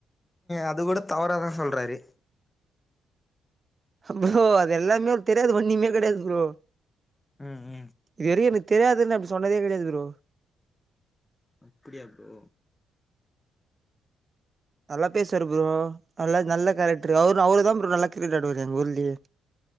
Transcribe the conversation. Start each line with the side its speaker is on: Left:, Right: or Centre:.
Left: அது கூட தவறதா சொல்றாரு
Right: ப்ரோ அதுெல்லாமே தெரியது ஒண்ணுமே கடையது ப்ரோ
Left: ம், ம்.
Right: இது வரைக்கு எனக்கு தெரியாதுன்னு அப்டி சொன்னதே கிடையாது ப்ரோ
Left: அப்டியா ப்ரோ
Right: நல்லா பேசுவரு ப்ரோ நல்ல நல்ல நல்ல கேரக்டர் அவரு அவரு தா ப்ரோ நல்லா கிரிக்கெட் ஆடுவரு எங்க ஊருலயே